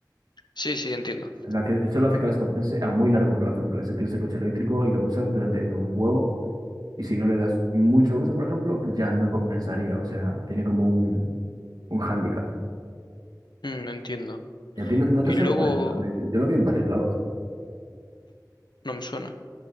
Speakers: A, on the left; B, on the right.
A: Sí, sí, entiendo.
B: La que solo hace que les compense a muy largo plazo, en plan, si tienes el coche eléctrico y lo usas durante un huevo, Y si no le das mucho uso, por ejemplo, ya no compensaría. O sea, tiene como un, un hándicap.
A: Mm, entiendo.
B: ¿Y a ti no, no
A: Y
B: te sonaba
A: luego
B: esto? Yo, yo lo vi en varios lados.
A: no me suena.